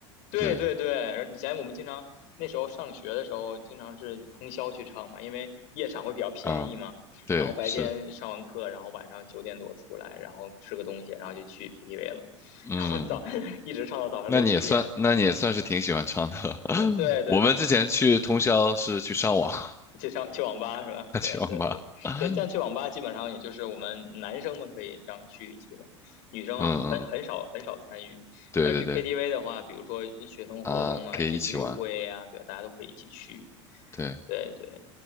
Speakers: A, on the left; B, on the left.
A: 对对对，
B: 对
A: 然后以前我们经常那时候上学的时候，经常是通宵去唱嘛，因为夜场会比较便宜嘛。
B: 啊，对是，
A: 然后白天上完课，然后晚上九点多出来，然后吃个东西，然后就去 KTV 了，<laughs>
B: 嗯，
A: 然后早 <laughs> 一直唱到早上六七点。
B: 那你也算，那你也算是挺喜欢唱的。<laughs>
A: 哎，对对对，
B: 我们之前去通宵是去上网，
A: 反正嗯。去上去网吧是吧？
B: <laughs>
A: 对对对对，
B: 去网吧，<laughs> 嗯
A: 但去网吧基本上也就是我们男生们可以这样去一去嘛，女生啊很很少很少参与。
B: 嗯，对对对。
A: 但是去 KTV 的话，比如说学生活动啊，
B: 啊，可以一起玩，
A: 一些聚会呀，对啊大家都可以一起去。
B: 对，
A: 对对，